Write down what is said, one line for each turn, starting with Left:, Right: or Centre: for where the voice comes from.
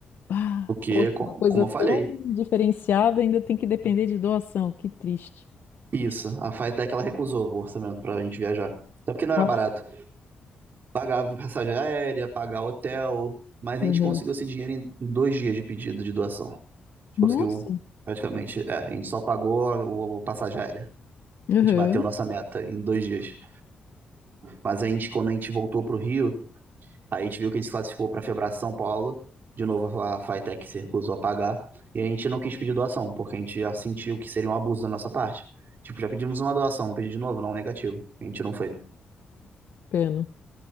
Left: Ah,
Right: porque
Left: poxa,
Right: como
Left: uma coisa
Right: eu
Left: tão
Right: falei,
Left: diferenciada ainda tem que depender de doação. Que triste.
Right: isso, a Faetec ela recusou o orçamento para a gente viajar. Até porque não era
Left: Ah,
Right: barato. Pagar passagem aérea, pagar hotel, mas a
Left: uhum.
Right: gente conseguiu esse dinheiro em dois dias de pedido de doação.
Left: Nossa.
Right: Conseguiu praticamente. É, a gente só pagou o passagem aérea.
Left: Uhum.
Right: A gente bateu nossa meta em dois dias. Mas a gente, quando a gente voltou para o Rio, aí a gente viu que a gente se classificou para a Febrace São Paulo. De novo, a Fitec se recusou a pagar. E a gente não quis pedir doação, porque a gente já sentiu que seria um abuso da nossa parte. Tipo, já pedimos uma doação, pedi de novo, não, negativo. A gente não foi.
Left: Pena.